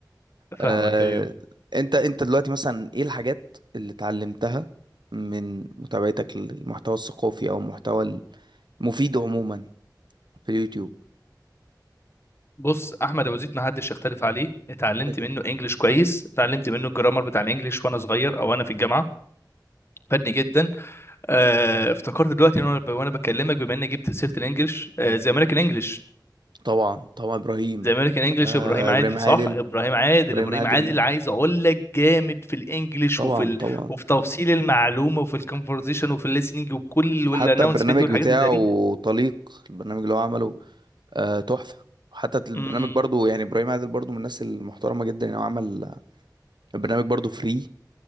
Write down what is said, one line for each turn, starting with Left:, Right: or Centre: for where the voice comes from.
Left: فاهمك
Right: آه،
Left: ايوه
Right: انت انت دلوقتي مثلا ايه الحاجات اللي اتعلمتها من متابعتك للمحتوى الثقافي او المحتوى المفيد عموما في اليوتيوب
Left: بص احمد ابو زيد ما حدش يختلف عليه اتعلمت
Right: كده كده
Left: منه انجليش كويس اتعلمت منه الجرامر بتاع الانجليش وانا صغير او وانا في الجامعه فادني جدا آه، افتكرت دلوقتي وانا ب- وأنا بكلمك بما اني جبت سيره الانجليش آه، زي امريكان انجليش
Right: طبعا طبعا ابراهيم
Left: زي امريكان انجليش
Right: آه،
Left: ابراهيم عادل
Right: ابراهيم عادل
Left: صح ابراهيم عادل
Right: ابراهيم
Left: ابراهيم
Right: عادل
Left: عادل عايز اقول لك جامد في الانجليش
Right: طبعا
Left: وفي ال...
Right: طبعا
Left: وفي توصيل المعلومه وفي الكونفرزيشن وفي الليسننج وكل والانونسمنت
Right: حتى البرنامج
Left: والحاجات
Right: بتاعه
Left: اللي زي دي
Right: طليق البرنامج اللي هو عمله آه، تحفة حتى البرنامج
Left: م- م-
Right: برضو يعني إبراهيم عادل برضو من الناس المحترمة جدا يعني هو عمل البرنامج برضو فري